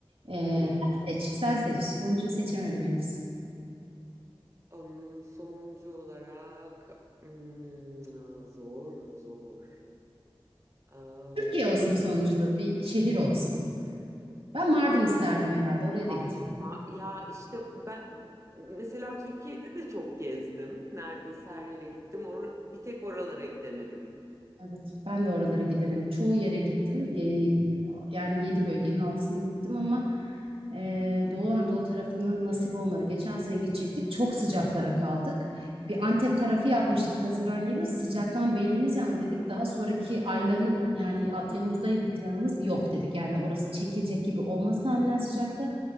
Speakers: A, on the right; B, on the right.
A: E,
B: Tabii.
A: sen seç, sen seç. Sonuncuyu seçemedim henüz.
B: Am, sonuncu olarak hmm, zor zor. Aa,
A: Türkiye olsun sonucu da bir şehir olsun. Ben Mardin isterdim herhalde. Oraya
B: ah
A: da gitmedim.
B: ma- ya işte ben mesela Türkiye'de de çok gezdim. Neredeyse her yere gittim. Or- bir tek oralara gidemedim.
A: Evet, ben de oralara gidemedim. Çoğu yere gittim. Ee, yani yedi bölgenin altısına gittim ama e, Doğu Anadolu tarafına nasip olmadı. Geçen sene gidecektik. Çok sıcaklara kaldık. Bir Antep tarafı yapmıştık Haziran gibi. Sıcaktan beynimiz yandı dedik. Daha sonraki ayların yani Temmuz'daydı planımız. Yok dedik. Yani orası çekilecek gibi olmaz tahminen sıcakta.